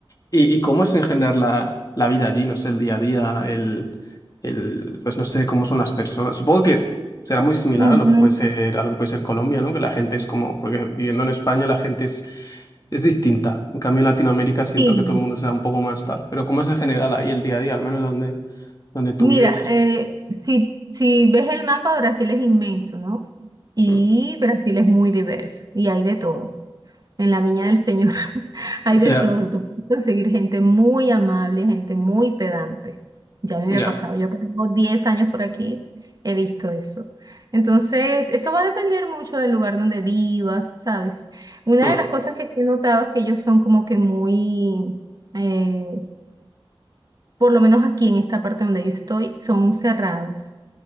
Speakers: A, on the left; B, on the right.
A: ¿Y, y cómo es en general la, la vida allí? No sé, el día a día, el, el, pues no sé cómo son las personas. Supongo que será muy similar
B: Ujú.
A: a lo que puede ser, a lo que puede ser Colombia, ¿no? Que la gente es como, porque viviendo en España la gente es, es distinta. En cambio, en Latinoamérica siento
B: Sí,
A: que todo el mundo se da un poco más tal. Pero ¿cómo es en general ahí el día a día, al menos donde, donde tú
B: Mira,
A: vives?
B: eh, si, si ves el mapa, Brasil es inmenso, ¿no? Y
A: Mm.
B: Brasil es muy diverso y hay de todo. En la Viña del Señor <laughs> hay
A: Ya,
B: de todo. Tú puedes conseguir gente muy amable, gente muy pedante. Ya me había
A: ya.
B: pasado. Yo que tengo 10 años por aquí, he visto eso. Entonces, eso va a depender mucho del lugar donde vivas, ¿sabes? Una
A: Mm.
B: de las cosas que sí he notado es que ellos son como que muy... eh, por lo menos aquí en esta parte donde yo estoy, son cerrados